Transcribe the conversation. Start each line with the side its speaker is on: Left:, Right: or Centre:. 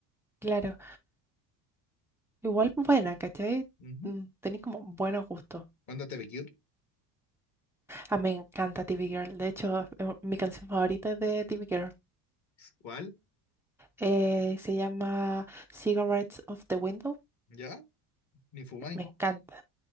Centre: Claro, igual buena, ¿cachai?
Left: Ujú.
Centre: Mm, Tenés como buenos gustos.
Left: Ándate, Bekir.
Centre: Ah, me encanta TV Girl. De hecho, es u- mi canción favorita es de TV Girl.
Left: ¿Cuál?
Centre: Eh, se llama Cigarettes of the Window.
Left: ¿Ya? Ni fumáis.
Centre: Me encanta.